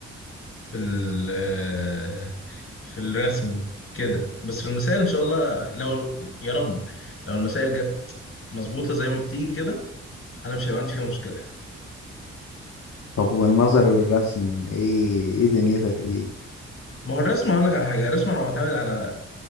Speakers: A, on the left; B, on the left.
A: في ال- في الرسم كده بس في المسائل ان شاء الله لو يا رب لو المسائل جت مظبوطه زي ما بتيجي كده انا مش هيبقى عندي فيها مشكله
B: طب والنظري والرسم ايه ايه دنيتك دي
A: ما هو الرسم اقول لك على حاجه الرسم انا معتمد على